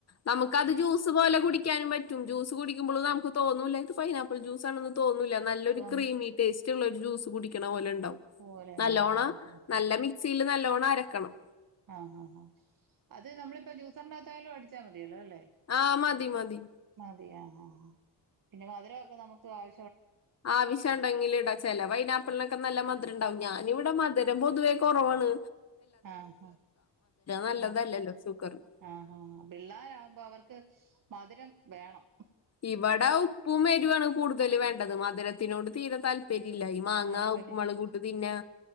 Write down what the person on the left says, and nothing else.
നമുക്ക് അത് ജൂസുപോലെ കുടി ക്കാനും പറ്റും ജ്യൂസുകുടിക്കുമ്പള് നമുക്ക് തോന്നൂല്ലാ. ഇത് പൈനാപ്പിൾ ജ്യൂസാണെന്ന് തോന്നൂല്ല ല്ല നല്ലൊരു
ക്രീമി ടേസ്റ്റൊള്ളൊരു ജ്യൂ ജൂസ് കുടിക്കണ പോലൺ ണ്ടാവും.
നല്ലോണ
നല്ല മിക്സിയില് നൽ ല്ലോണം അരക്കണം
ആ മതി മതി
ആവശ്യ ഉണ്ടെങ്കില് ഇടാം. ചില പൈനാപ്പിളിനൊക്കെ നല്ല മ ധുരണ്ടാവും. ഞാൻ ഇവിടെ മധുരം പൊതുവേ കുറവാണ്.
നല്ലതല്ലല്ലോ
ഷുഗറിന്.
ഇവടെ ഉപ്പും എരിവാണ് കൂടുതൽ വേണ്ടത്. മധുരത്തിനോട് തീരെ താൽ പര്യല്ല. ഈ മാങ്ങ
ഉപ്പും മുളകും ഇട്ടു തിന്നാ.